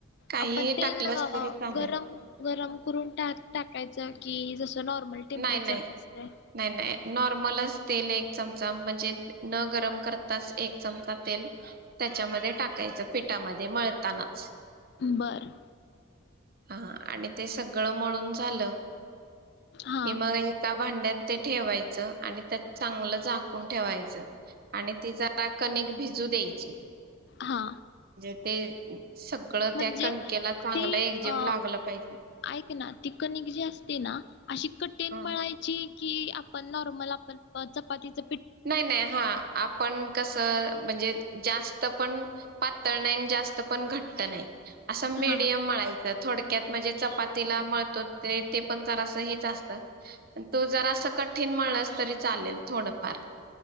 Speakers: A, on the right (about 45°); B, on the left (about 50°).
A: काहीही
B: आपण तेल
A: टाकलंस
B: ग
A: तरी चालेल
B: गरम गरम करून त्यात टाकायच की नॉर्मल टेम्परेचर
A: नाही नाही
B: ला असतय जर
A: नाही नाही नॉर्मलच तेल एक चमचा म्हणजे न गरम करताच एक चमचा तेल त्याच्यामध्ये टाकायचं पिठामध्ये मळतानाच
B: बरं
A: हा आणि ते सगळं मळून झालं
B: हा
A: की मग एका भांड्यात ते ठेवायचं आणि त्यात चांगलं झाकून ठेवायचं आणि ति जरा कनिक भिजू द्यायची.
B: हा.
A: ते ते सगळं
B: म्हणजे
A: त्या कणकेला चांगलं
B: ती
A: एकजीव
B: अ
A: लागलं पाहिजे
B: ऐक ना ति कणिक जी असते ना अशी कटीन
A: हा
B: मळायची. कि आपण नॉर्मल आपण चपातीच
A: नाही नाही हा आपण कस म्हणजे जास्त पण पातळ नाही जास्त पण घट्ट नाही. असं मीडियम
B: हा
A: मळायचं थोडक्यात म्हणजे चपाती तिला मळतो ते ते पण जरासं हेच असत पण तो जरास कठीण मळलास तरी चालेल थोडंफार